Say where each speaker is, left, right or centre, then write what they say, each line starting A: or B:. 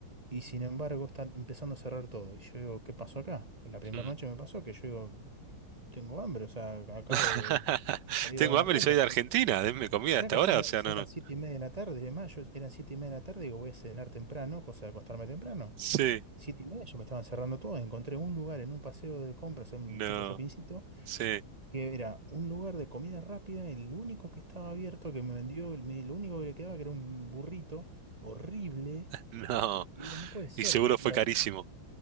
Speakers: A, on the right; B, on the right.
A: y sin embargo, está empezando a cerrar todo. Y yo digo, ¿qué pasó acá? En la primera
B: Mm.
A: noche me pasó que yo digo, tengo hambre, o sea, acabo
B: <laughs>
A: de, de salir
B: Tengo
A: a dar una
B: hambre
A: vuelta.
B: y soy de Argentina, denme comida
A: Claro,
B: hasta ahora,
A: son,
B: o
A: la-
B: sea,
A: son
B: no, no.
A: las siete y media de la tarde, de mayo. eran siete y media de la tarde, digo, voy a cenar temprano, cosa de acostarme temprano.
B: Sí,
A: Siete y media yo me estaban cerrando todo, encontré un lugar en un paseo de compras, en un
B: no,
A: tipo shoppingcito,
B: sí,
A: que era un lugar de comida rápida, el único que estaba abierto, que me vendió, me- lo único que le quedaba que era un burrito horrible,
B: no.
A: y digo, no puede ser,
B: Y seguro
A: y,
B: fue
A: y hablé,
B: carísimo.